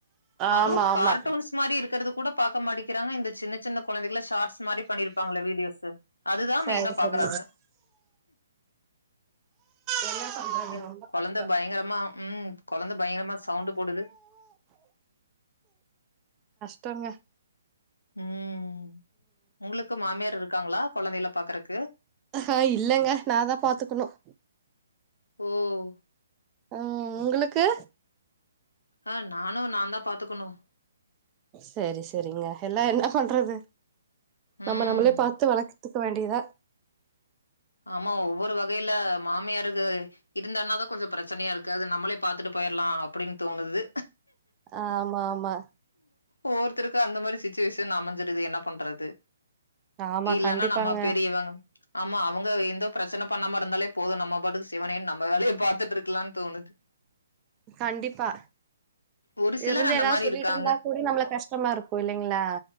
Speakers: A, on the left; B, on the right.
A: அதுவும்
B: ஆமா ஆமா
A: கார்ட்டூன்ஸ் மாதிரி இருக்கிறது கூட பார்க்க மாட்டக்கிறாங்க இந்த சின்ன குழந்தைகல ஷார்ட்ஸ் மாதிரி பண்ணிருப்பாங்கள வீடியோஸ் அதுதான்ன
B: சரி
A: பாக்குறாங்க
B: சரி என்ன பண்றது
A: இந்த
B: ரொம்ப
A: குழந்த
B: கஷ்டோ
A: பயங்கரமா உம் குழந்த பயங்கரமா சவுண்ட் போடுது
B: த்தங்க
A: உம் உங்களுக்கு மாமியார் இருக்காங்களா குழந்தைல பாக்குறக்கு
B: ஆஹ் இல்ங்க நாதான் பாத்துக்கணும்
A: உம்
B: உஹம் உங்களுக்கு
A: ஆஹ் நானும் நான் தான் பாத்துக்கணும்
B: சரி சரிங்க எல்லாம் என்ன பண்றது நம்ம
A: ம்.
B: நம்மளே பார்த்து வளக் பார்த்துக்க வேண்டியதா
A: ஆமா ஒவ்வொரு வகையில மாமியாருக்கு இருந்தனாதான் கொஞ்சம் பிரச்சனையா இருக்கு அது நம்மளே பாத்துட்டு போயிடலாம் அப்டின்னு தோணுது
B: ஆமா ஆமா
A: ஒவ்வொருத்தருக்கும் அந்த மாரி சுவிச்சுவேஷன் அமைஞ்சு றது என்ன பண்றது
B: ஆமா
A: இல்லன்னா
B: கண்டிப்பாங்க
A: நம்ம பெரியவங் ஆமா அவ வுங்க எந்த பிரச்சனை பண்ணாம இருந்தாலே போதும் நம்ம பாட்டுக்கு சிவனேன்னு நம்ம வேலய பாத்துட்டு இருக்கலான்னு தோணுது
B: கண்டிப்பா
A: ஒரு சிலர்
B: இருந்து
A: அந்த
B: ஏதாவது
A: மாரி
B: சொல்லிட்டு
A: இருக்காங்க.
B: இருந்தா கூட நம்மளுக்கு கஷ்டமா இருக்கும் இல்லங்களா